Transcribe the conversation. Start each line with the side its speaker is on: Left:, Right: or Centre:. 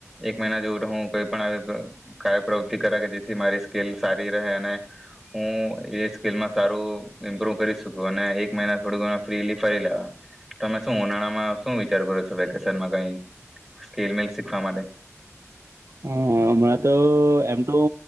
Centre: એક મહિના જેવું. તો હુ કઈ પણ કંઇક પ્રવૃતિ કર કે જેથી મારી સ્કીલ સારી રહે અને હું એ સ્કીલમાં સારું ઇમ્પ્રુવ કરી શકું અને એક મહિના થોડ ફ્રી ફરી લેવામે શું ઉનાળામાં શું વિચાર કરો છો વેકેશનમાં ક સ્લલીખવા માટે.
Right: હા હમણાં તો એમ. તો હું